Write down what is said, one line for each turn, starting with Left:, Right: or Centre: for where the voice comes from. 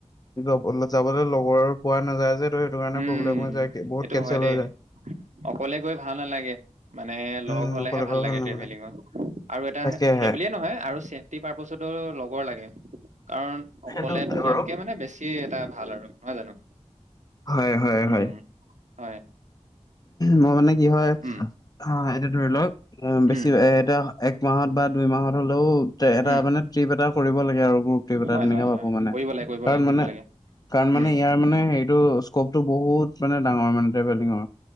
Left: আৰু যাবলে লগৰ পোৱা নাযায় যে সেইটো কাৰণে
Right: উম
Left: প্ৰব্লেম হৈ যায়, বহুত
Right: সেইটো
Left: কেনচেল
Right: হয় দেই
Left: হৈ যায়।
Right: অকলে গৈ ভাল নালাগে। মানে
Left: উম
Right: লগ হ'লেহে
Left: অকলে অকলে
Right: ভাল লাগে
Left: নালাগে
Right: ট্ৰেভেলিঙত। আৰু এটা
Left: তাকেহে
Right: সেই বুলিয়ে নহয় আৰু চে তি পাৰ্পচতো লগৰ লাগে কাৰণ
Left: সেইটো
Right: অকলে
Left: হয়
Right: যোৱাতকে
Left: বাৰু
Right: মানে বেছি সি এটা ভাল আৰু নহয় জানো?
Left: হয়-হয়-হয়।
Right: উম, হয়।
Left: মই মানে কি হয়
Right: উম
Left: অ এতিয়া ধৰি লওক বেছি
Right: উম
Left: এটা এক মাহত বা দুই মাহত হ'লেও এটা
Right: উম
Left: মানে ট্ৰিপ এটা কৰিব লাগে আৰু গ্ৰোপ ট্ৰিপ এটা
Right: হয়
Left: তেনেকে
Right: হয় হয়
Left: পাবো মানে।
Right: কৰিব লাগে কৰিব
Left: কাৰণ
Right: লাগে কৰিব
Left: মানে
Right: লাগে
Left: কাৰণ মানে
Right: উম
Left: ইয়াৰ মানে হেৰিটো স্কপটো বহুত মানে ডাঙৰ মানে ট্ৰেভেলিঙৰ।